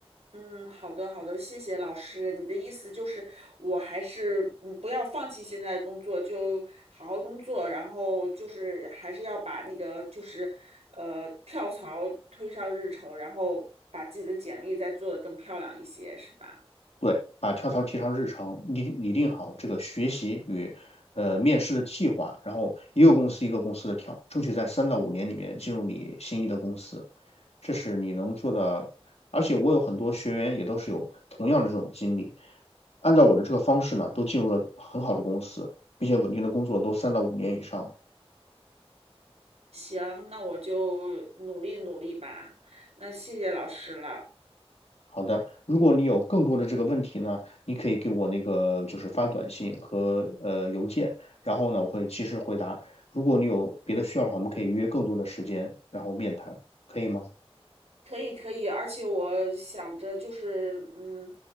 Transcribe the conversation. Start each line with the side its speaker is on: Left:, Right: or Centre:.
Right: 嗯，好的，好的，谢谢老师。你的意思就是，我还是嗯，不要放弃现在的工作，就好好工作，然后就是还是要把那个就是呃跳槽推上日程，然后把自己的简历再做的更漂亮一些，是吧？
Left: 对，把跳槽提上日程，拟拟定好这个学习与呃面试的计划，然后一个公司一个公司的跳，争取在三到五年里面进入你心仪的公司，这是你能做的。而且我有很多学员也都是有同样的这种经历，按照我的这个方式呢，都进入了很好的公司，并且稳定的工作都三到五年以上了。
Right: 行，那我就努力努力吧。那谢谢老师了。
Left: 好的，如果你有更多的这个问题呢，你可以给我那个就是发短信和呃邮件，然后呢我会及时回答。如果你有别的需要的话，我们可以约更多的时间，然后面谈，可以吗？
Right: 可以可以，而且我想着就是，嗯，